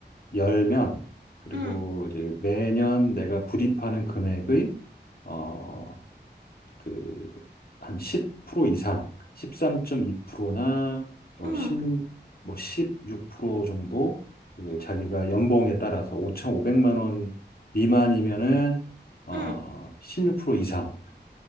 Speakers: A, on the left; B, on the right.
A: 열면 그리고
B: 음,
A: 이제 매년 내가 불입하는 금액의 어, 그 한 10% 이상, 13.2%나 뭐1육뭐16%
B: 음,
A: 정도 그 자기가 연봉에 따라서 5,500만 원 미만이면은 어16%
B: 음.
A: 이상